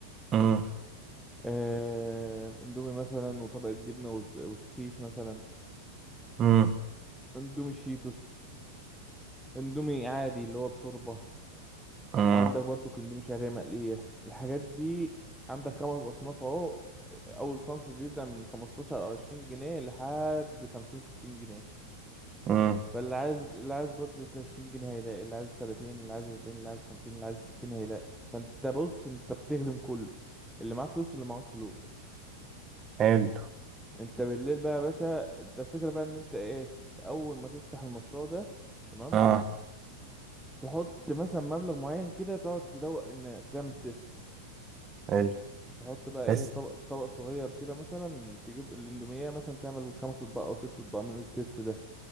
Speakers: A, on the right; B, in the centre.
A: امم
B: آه، اندومي مثلا وطبقه جبنه وس- وسوسيس مثلا
A: امم
B: اندومي شيتوس اندومي عادي اللي هو بشوربه
A: امم
B: وعندك برضو اندومي شعريه مقليه الحاجات دي عندك خمس اصناف اهو اول صنف بيبدأ من 15 او 20 جنيه لحد 50 60 جنيه
A: امم
B: فاللي عايز اللي عايز بادجت 20 جنيه هيلاقي اللي عايز 30 اللي عايز 40 اللي عايز 50 اللي عايز 60 هيلاقي فانت بص انت بتخدم كله اللي معاه فلوس واللي معهوش فلوس
A: حلو
B: انت بالليل بقى يا باشا انت الفكرة بقى ان انت ايه في اول ما تفتح المشروع ده تمام
A: اه
B: تحط مثلا مبلغ معين كده تقعد تدوق الناس تعمل تيست
A: حلو
B: تحط بقى ايه
A: بس
B: طبق طبق صغير كده مثلا تجيب الاندومية مثلا تعمل خمس اطباق او ست اطباق من التيست ده